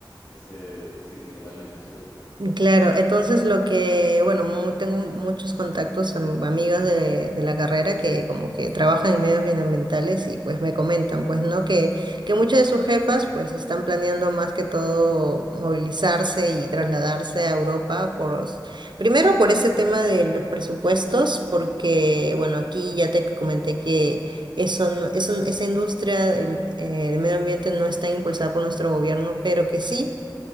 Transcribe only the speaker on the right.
Claro, entonces lo que, bueno, mu- tengo muchos contactos, am- amigas de, de la carrera que como que trabajan en medios ambientales y pues me comentan, pues no, que, que muchas de sus jefas pues están planeando más que todo movilizarse y trasladarse a Europa por, s- primero por ese tema de los presupuestos, porque bueno, aquí ya te comenté que eso no- eso- esa industria del eh, del medio ambiente no está impulsada por nuestro gobierno, pero que sí.